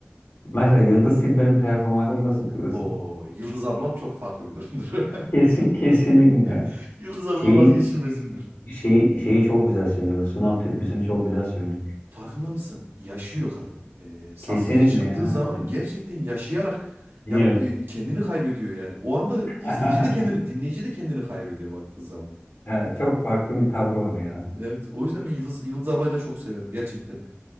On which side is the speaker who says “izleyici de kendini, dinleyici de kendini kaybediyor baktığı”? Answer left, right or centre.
Right